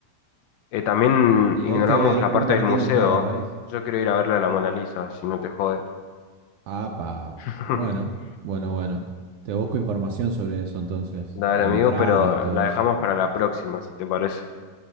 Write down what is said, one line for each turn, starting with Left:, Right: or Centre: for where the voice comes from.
Left: Eh, también
Right: Y
Left: ignoramos
Right: hay que ver
Left: la
Right: un
Left: parte
Right: partido
Left: del museo.
Right: en cada país.
Left: Yo quiero ir a verle a la Mona Lisa, si no te jode.
Right: Apa.
Left: <laughs>
Right: Bueno, bueno, bueno. Te busco información sobre eso entonces,
Left: Dale,
Right: las
Left: amigo,
Right: entradas
Left: pero
Right: y todo
Left: la dejamos
Right: eso.
Left: para la próxima, si te parece.